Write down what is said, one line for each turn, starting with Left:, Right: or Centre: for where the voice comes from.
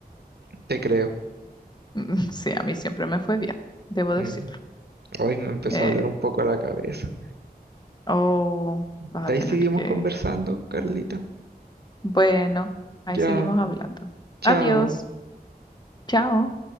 Right: te creo.
Left: <laughs> Sí, a mí siempre me fue bien, debo
Right: Mm,
Left: decirlo.
Right: Hoy me empezó
Left: Eh,
Right: a doler un poco la cabeza.
Left: Oh, vas
Right: De
Left: a tener
Right: ahí seguimos
Left: que...
Right: conversando, Carlita.
Left: Bueno, ahí
Right: Ya,
Left: seguimos hablando.
Right: chao.
Left: Adiós. Chao.